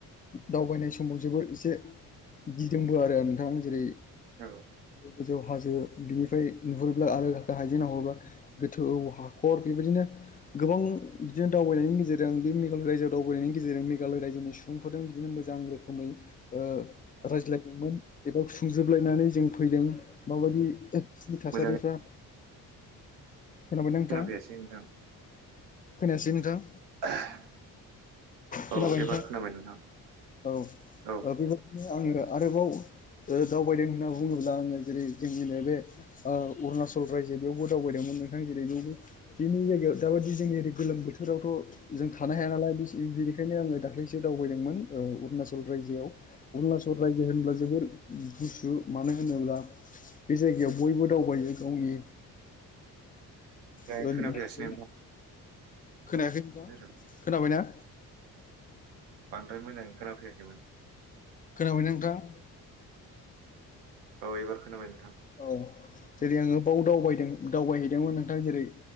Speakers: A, on the left (about 20°); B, on the right (about 75°).
A: दावबायनाय समाव जोबोर एसे गिदोंबो आरो नोंथांङा जेरै
B: औ
A: गोजौ हाजो बिनिफ्राय नुहरोब्ला आरो हायजों नाहरोबा गोथौ हाखर बेबायदिनो गोबां बिदिनो दावबायनायनि गेजेरजोंं बे मेघालय रायजोआव दावबायनायनि गेजेरजों मेघालय रायजोनि सुबुंफोरजों बिदिनो मोजां रोखोम रोखोमै रायज्लायदोंमोन एबा सुंजोबलायनानै जों फैदों । माबायदि बिसोरनि थासारिफ्रा
B: मोजाङै
A: खोनाबायना नोंथां
B: खोना फैयासै नोंथां
A: खोनायासै नोंथां
B: <unintelligible>
A: खोनाबाय
B: औ एबार
A: नोंथां
B: खोनाबाय नोंथां
A: औ
B: औ
A: बेबायाददिनो आंङो आरोबाव दावबायदों होनना बुंङोब्ला आंङो जेरै जोंनिनो बे अरुणाचल रायजो बेयावबो दावबायदोंमोन । नोंथां जेरैबो बेनि जायगायाव दाबाददि जोंनि ओरै गोलोम बोथोरावथ' जों थानो हाया नालाय ि बेनिखायनो आङो दाख्लैसो दावबायदोंमोन अरुणाचल रायजोआव अरुणाचल रायजो होनब्ला जोोबोर गुसु मानो होनोब्ला बे जायगायाव बयबो दावबायो गावनि
B: मोजाङै
A: ज
B: खोनाफैयासै नोंथां
A: खोनायाखै
B: एसे
A: नोंथां खोनाबायनाा
B: बांद्राय मोजां खोनाफैयाखैमोन
A: खोनाबाय नोंथां?
B: औ एबार खोनाबाय नोंथां
A: औ जेरै आङो बाव दावबायदों दावबायहैदोंमोन नोंथां जेरै